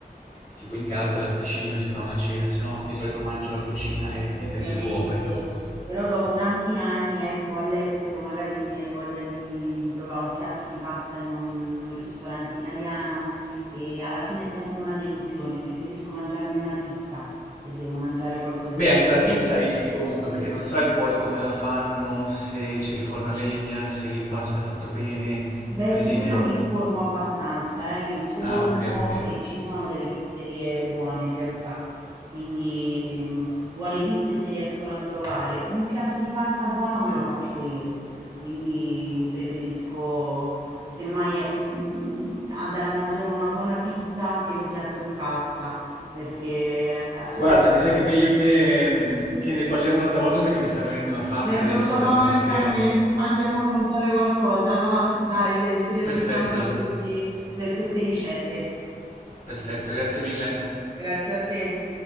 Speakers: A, on the left; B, on the right.
A: Tipo in casa la cucino, si fa una cena, se no di solito mangio la cucina etnica
B: Ovviamente,
A: del luogo, ecco.
B: però dopo tanti anni, ecco, all'estero magari ti viene voglia di di provare un piatto di pasta in un ristorante italiano e alla fine è sempre una delusione, preferisco mangiarmi una pizza se devo mangiare qualcosa
A: Beh,
B: di
A: anche
B: italiano.
A: la pizza rischi comunque, perché non sai poi come la fanno, se c'è il forno a legna, se l'impasto è fatto bene.
B: Beh,
A: Ad
B: su
A: esempio...
B: quello mi informo abbastanza, eh, mi informo
A: Ah, ok, ok.
B: e ci sono delle pizzerie buone in realtà, quindi mh, buone pizze si riescono a trovare. Un piatto di pasta buono me lo faccio io, quindi preferisco semmai ecco, in- mh, andare a mangiare una buona pizza che un piatto di pasta, perché eh,
A: Guarda, mi sa che è meglio che, mm, che ne parliamo un'altra volta perché mi sta venendo una fame
B: Benvenuta
A: adesso
B: fame
A: e non so
B: anche
A: se...
B: a me. Andiamo a mangiare qualcosa, va? Dai, e ci riaggiorniamo
A: Perfetto,
B: per questi- per queste ricette.
A: perfetto, grazie mille.
B: Grazie a te.